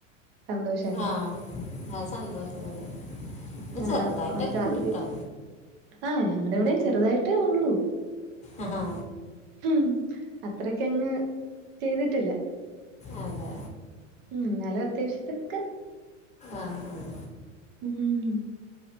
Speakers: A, on the right (about 45°); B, on the left (about 20°).
A: സന്തോഷല്ലേ
B: ആഹ് ആഹ് സന്തോഷം തന്നെ. ഇത്
A: അതാ
B: ചെറുതായിട്ടൊക്കെ
A: മറ്റാർക്ക്
B: ഉണ്ട് കേട്ടോ
A: ആ ഞ ങ്ങടെവിടേം ചെറുതായിട്ടേ ഒള്ളൂ
B: ആഹ്ഹാ
A: മ്ഹും അത്രക്ക് കങ്ങ് ചെയ്തിട്ടില്ല.
B: അതെ
A: ഉം എന്നാലും അത്യാവശ്യത്തിനൊക്കെ
B: ആഹ് ആഹ്
A: മ്ഹും